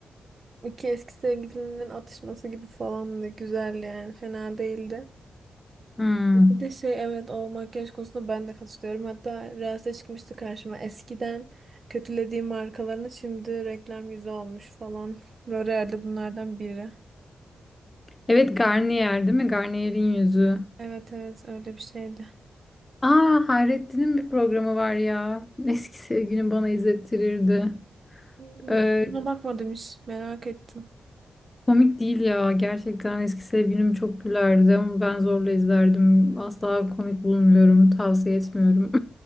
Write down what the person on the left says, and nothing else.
Hmm.
Evet Garnier değil mi? Garnier'in yüzü.
Aa Hayrettin'in bir programı var ya. Eski sevgilim bana izlettirirdi.
Ee,
Komik değil ya. Gerçekten eski sevgilim çok gülerdi ama ben zorla izlerdim. Asla komik bulmuyorum. Tavsiye etmiyorum.